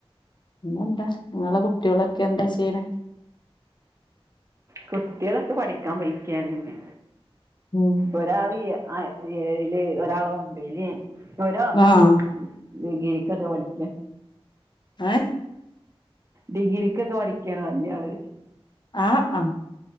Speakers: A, on the left (about 50°); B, on the right (about 30°).
A: പിന്നെന്താ നിങ്ങള കുട്ടികളൊക്കെ എന്താ ചെയ്യണ
B: കുട്ടികളൊക്കെ പഠിക്കാൻ പോയിരിക്കാണ് പിന്നെ
A: ഉം
B: ഒരാള് എ അ ഏഴില് ഒരാള് ഒമ്പേല് ഒരാള്
A: ആഹ്
B: ഡിഗ്രിക്കൊക്കെ പഠിക്കാ
A: ഏ
B: ഡിഗ്രിക്കൊക്കെ പഠിക്കാണ് വല്യാള്
A: ആഹ് അ